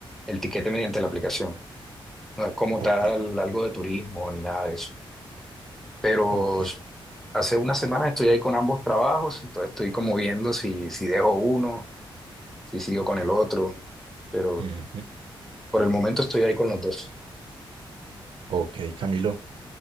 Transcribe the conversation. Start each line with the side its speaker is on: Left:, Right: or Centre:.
Centre: el tiquete mediante la aplicación. No es como
Right: ok,
Centre: tal algo de turismo ni nada de eso. Pero
Right: ok.
Centre: s- hace unas semanas estoy ahí con ambos trabajos, entonces estoy como viendo si, si dejo uno, si sigo con el otro, pero
Right: Ujú.
Centre: por el momento estoy ahí con los dos.
Right: Ok, Camilo,